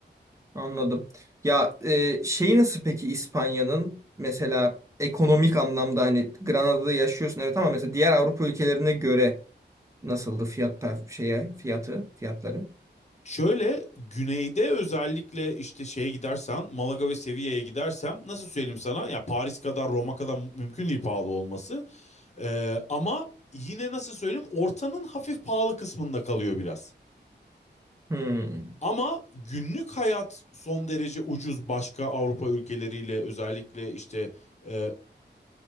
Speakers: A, on the right (about 15°); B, on the left (about 40°).
A: anladım ya e, şey nasıl peki İspanya'nın mesela ekonomik anlamda hani Granada'da yaşıyorsun evet ama mesela diğer Avrupa ülkelerine göre nasıldı fiyat per- şeye fiyatı fiyatları
B: Şöyle güneyde özellikle işte şeye gidersen Malaga ve Sevilla'ya gidersem nasıl söyleyeyim sana ya Paris kadar Roma kadar mümkün değil pahalı olması Ee, ama yine nasıl söyleyeyim ortanın hafif pahalı kısmında kalıyor biraz.
A: Hmm.
B: Ama günlük hayat son derece ucuz başka Avrupa ülkeleriyle özellikle işte e,